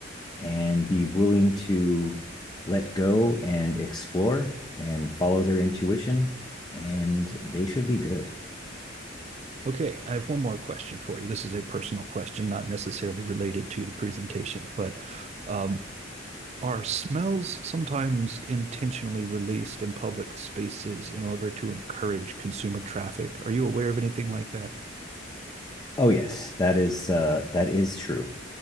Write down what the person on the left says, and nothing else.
and be willing to let go and explore and follow their intuition. And they should be good.
Oh yes, that is uh, that is true.